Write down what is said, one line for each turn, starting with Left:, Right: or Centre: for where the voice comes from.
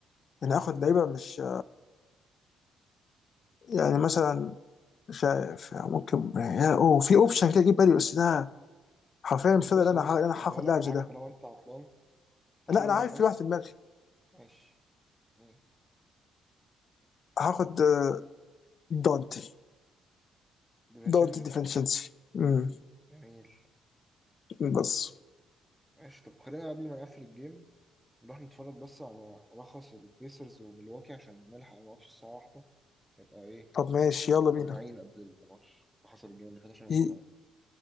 Left: ان
Centre: اه
Left: اخد لعيبه مش يعني مثلا مش عارف يعني ممكن يعني اوه في اوبشن كده اجيب بالي بس ده حرفيا مش
Centre: طب بص
Left: فاضي إن انا
Centre: بص
Left: ه- إن انا هاخد
Centre: طب هقول لك
Left: لاعب
Centre: على
Left: زي
Centre: حاجه
Left: ده
Centre: طالما انت عطلان تعال
Left: لا
Centre: نروح
Left: انا عارف
Centre: بس
Left: في واحد في دماغي
Centre: ماشي مين
Left: هاخد آه، دونتي
Centre: ديفينشينجو
Left: دونتي ديفنشنسي امم
Centre: جميل
Left: بس
Centre: ماشي طب خلينا قبل ما نقفل الجيم نروح نتفرج بس على ملخص البيسرز وميلواكي عشان نلحق الماتش الساعه واحدة نبقى ايه
Left: طب ماشي يلا
Centre: مجمعين
Left: بينا
Centre: قبل الماتش اللي حصل الجيم اللي فات عشان ما شفناهوش
Left: ي-